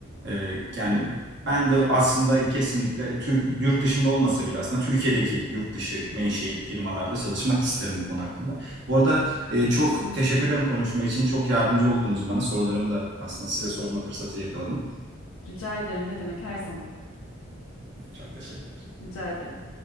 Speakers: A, on the right (about 55°); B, on the left (about 80°).
A: Ee, yani ben de aslında kesinlikle Türk, yurt dışında olmasa bile aslında Türkiye'deki yurt dışı menşeili firmalarda çalışmak isterim bu konu hakkında. Bu arada e, çok
B: Kesinlikle.
A: teşekkür ederim konuşma için. Çok yardımcı oldunuz bana. Sorularımı da aslında size sorma fırsatı yakaladım.
B: Rica ederim. Ne demek her zaman.
A: Çok teşekkür
B: Rica ederim.